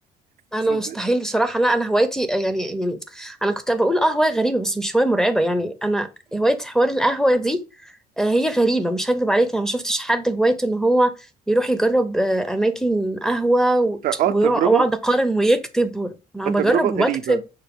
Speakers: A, in the centre; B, on the right.
A: أنا
B: صدق
A: مستحيل بصراحة لا أنا هوايتي يعني يعني أنا كنت بقول أه هواية غريبة بس مش هواية مرعبة يعني أنا هواية حوار القهوة دي آه، هي غريبة مش هكدب عليك أنا ما شفتش حد هوايته إن هو يروح يجرب آه، أماكن قهوة و-
B: اه
A: ويقعد
B: التجربة
A: أقارن ويكتب أنا
B: التجربة
A: بجرب
B: غريبة
A: وبكتب